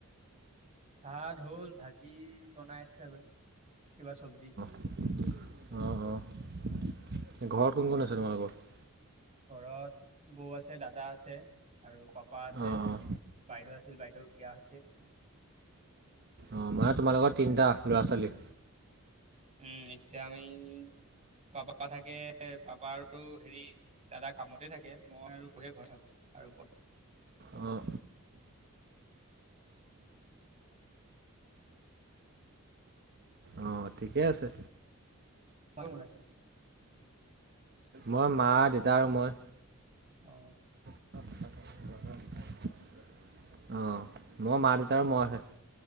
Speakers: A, on the right; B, on the right.
A: ভাত হ'ল ভাজি বনাইছেগৈ কিবা চবজি।
B: অঁ অঁ ঘৰত কোন কোন আছে তোমালোকৰ?
A: ঘৰত- বৌ আছে দাদা আছে আৰু পাপা আছে
B: অঁ অঁ
A: বাইদেউ আছিল বাইদেউ বিয়া হৈছে।
B: অ মানে তোমাৰলোকৰ তিনটা ল'ৰা- ছোৱালী।
A: উম এতিয়া আমি- পাপা থাকে পাপা আৰু হেৰি দাদা কামতে থাকে মই আৰু বহে ঘৰ থাকো। আৰু বো-
B: অ, অ ঠিকে আছে।
A: ভাল মন আছে।
B: মই মা দেউতা আৰু মই।
A: অ,
B: আহ মই মা-দেউতা আৰু মইহে